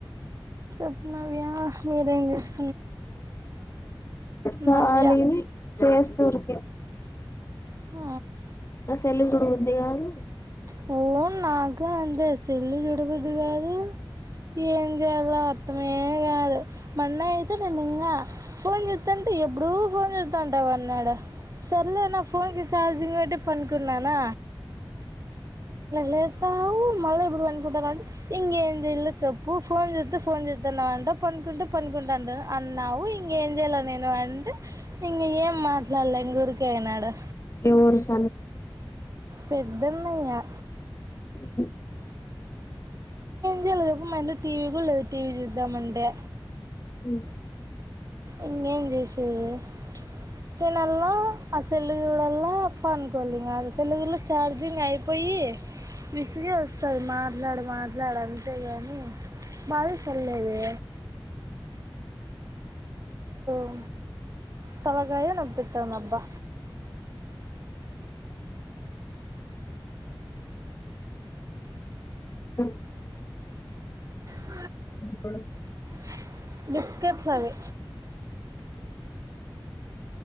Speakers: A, on the right; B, on the left.
A: చెప్ మావయ్య మీరేం చేసార్
B: ఖాాలీని
A: నవ్య
B: చేస్తూరికి
A: ఆ
B: అసలు చూడబుద్ది కాదు
A: ఫోన్ నాకు అంతే సెల్లు చూడబుద్ది కాదు ఏం చేయాలో అర్థమే కాదు మొన్న అయితే నేను ఇంగా ఫోన్ చూత్తంటే ఎప్పుడూ పోరిల్ ంటన్నాడ సర్లే నా ఫోన్ కి చార్జింగ్ పెట్టీ పనుకున్నానా లేస్తావు మళ్ళా ఇప్పుడు పనుకుంటాంటే ఇంకేం చేలో చెప్పు ఫోన్ చేస్త ఫోన్ చేస్తాన్నాంట పనుకుంటే పనుకుంటాంట అన్నావు ఇంకేం చేయాల నేను అంటే ఇంగ ఏం మాట్లాడలే ఇంగ ఊరికే అయినాడు
B: ఎవరు <unintelligible>
A: పెద్దన్నయ్య
B: అఓ
A: జలేదు <unintelligible> మా టీవీ కూడా లేదు టీవీ చూద్దామంటే
B: మ్మ్
A: ఇగా ఏం చేసి <unintelligible> తేనల <unintelligible> <unintelligible> అనుకోవాలి కాద <unintelligible> ఛార్జింగ్ అయిపోయి విసుగేస్తాది మాట్లాడి మాట్లాడు అంతేగాని బాగా చల్లేదు అ తలకాయ నిపుడతందబా
B: అ
A: అ
B: ప్పుడు
A: ష బిస్కెట్ అవి